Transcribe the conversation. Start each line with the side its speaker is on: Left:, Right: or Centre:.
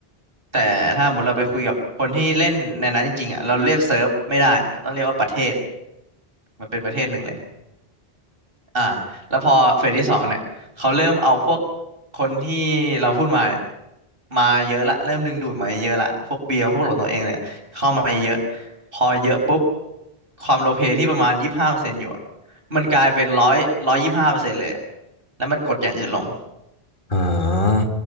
Right: แต่ถ้าสมมติเราไปคุยกับคนที่เล่นในนั้นจริงๆอะเราเรียกเซิร์ฟไม่ได้ต้องเรียกว่าประเทศมันเป็นประเทศหนึ่งเลย อ่าแล้วพอเฟสที่สองเนี่ยเขาเริ่มเอาพวกคนที่เราพูดมาเนี่ยมาเยอะละเริ่มดึงดูดมาเยอะละพวกเบียร์พวกหลดตัวเองเนี่ยเข้ามาเยอะพอเยอะปุ๊บความโลเพที่ประมาณยี่สิบห้าเปอร์เซ็นต์อยู่อะมันกลายเป็นร้อยร้อยยี่สิบห้าเปอร์เซ็นต์เลยอะแล้วมันกดอย่างอื่นลง
Left: อ่า